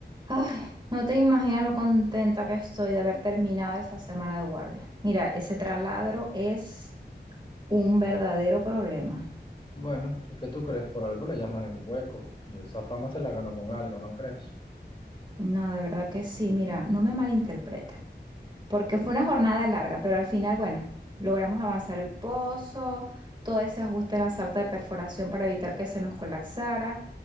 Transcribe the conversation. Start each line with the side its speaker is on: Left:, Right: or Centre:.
Right: Ay, no te imaginas lo contenta que estoy de haber terminado esa semana de guardia. Mira, ese traladro es un verdadero problema.
Left: Bueno, ¿y qué tú crees? Por algo le llaman el hueco. Yo esa fama se la ganó con algo, ¿no crees?
Right: No, de verdad que sí. Mira, no me malinterpretes, porque fue una jornada larga, pero al final, bueno, logramos avanzar el pozo, todo ese ajuste en la sarta de perforación para evitar que se nos colapsara.